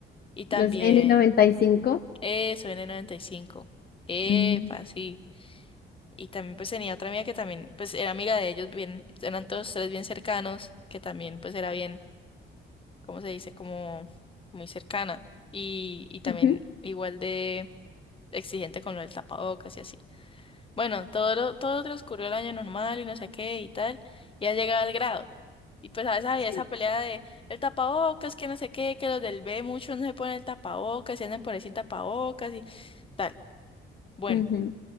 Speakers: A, on the left (about 25°); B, on the left (about 50°).
A: Y también.
B: Los N95.
A: Eso, N95. Epa,
B: Mm.
A: sí. Y también pues tenía otra amiga que también pues era amiga de ellos, bien, eran todos tres bien cercanos, que también pues era bien, ¿cómo se dice? Como muy cercana. Y, y también
B: Ujú.
A: igual de exigente con lo del tapabocas y así. Bueno, todo, lo- todo transcurrió el año normal y no sé qué y tal, y ha llegado al grado. Y pues a veces había
B: Sí.
A: esa pelea de el tapabocas, que no sé qué, que los del B muchos no se ponen el tapabocas y andan por ahí sin tapabocas y tal. Bueno.
B: Ujú.